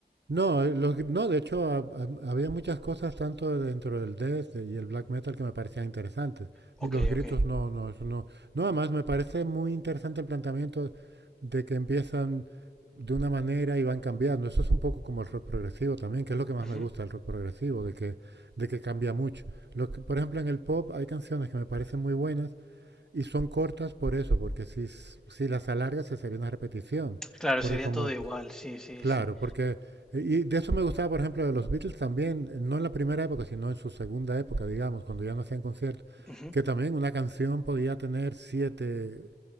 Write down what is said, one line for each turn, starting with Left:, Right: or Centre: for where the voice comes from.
Right: No, eh, los gr- no, de hecho ha- ha- había muchas cosas tanto dentro del death y el black metal que me parecían interesantes.
Centre: Ok,
Right: Y los gritos
Centre: ok.
Right: no, no, eso no. No, además me parece muy interesante el planteamiento de que empiezan de una manera y van cambiando. Eso es un poco como el rock progresivo también, que es lo que más
Centre: Ujú.
Right: me gusta del rock progresivo, de que, de que cambia mucho. Lo que- por ejemplo, en el pop hay canciones que me parecen muy buenas y son cortas por eso, porque si, s- si las alargas se sería una repetición.
Centre: Claro,
Right: Porque
Centre: sería
Right: como...
Centre: todo igual, sí, sí,
Right: Claro,
Centre: sí.
Right: porque, y de eso me gustaba, por ejemplo, de los Beatles también, no en la primera época, sino en su segunda época, digamos, cuando ya no hacían conciertos,
Centre: Ujú,
Right: que también una canción podía tener siete